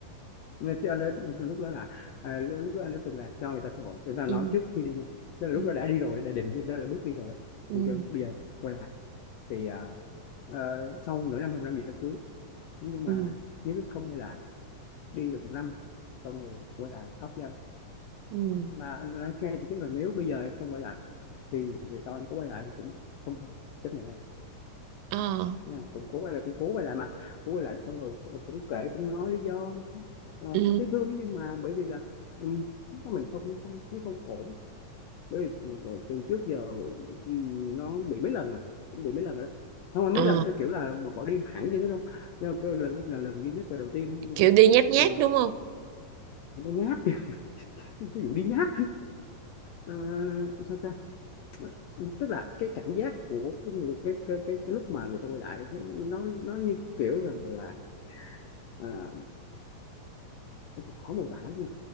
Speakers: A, on the left (about 90°); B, on the right (about 85°).
A: nghe chứ anh đã lúc đó là à, lúc đó anh đã từng là cho người ta cơ hội chúng ta nói
B: ừ
A: trước khi đi nha. tức là
B: ừ
A: lúc đó đã đi rồi đã định ra là bước đi rồi
B: ừ
A: nhưng chứ bây giờ quay lại thì à, ờ, sau nửa năm hay một năm gì đó cưới nhưng mà
B: ừ
A: nếu biết không đi lại đi được một năm xong rồi quay lại khóc ra
B: ừ
A: mà anh nói ngay từ trước là nếu bây giờ em không quay lại thì về sau anh có quay lại anh cũng không chấp nhận em
B: ờ
A: nào cũng cố quay lại cũng cố quay lại mà cố quay lại xong rồi ờ, cũng kể cũng nói lý do Ờ,
B: ừ
A: cũng thấy thương ấy, nhưng mà bởi vì là ừ, mình không không thấy không ổn bởi vì ừ, từ từ trước giờ ừ, nó bị mấy lần rồi cũng bị mấy lần rồi không phải
B: ờ
A: mấy lần theo kiểu là mà bỏ đi hẳn vậy đó đâu nhưng mà cái lần là lần duy nhất và đầu tiên nhưng
B: kiểu
A: mà
B: đi nháp nháp
A: ờ,
B: đúng không
A: không có nháp <laughs> không có vụ đi nháp Ờ, sao ta Ừ, tức là cái cảm giác của cái người cái cái cái, cái lúc mà người ta quay lại nó nó như kiểu rằng là à, khó mô tả lắm nha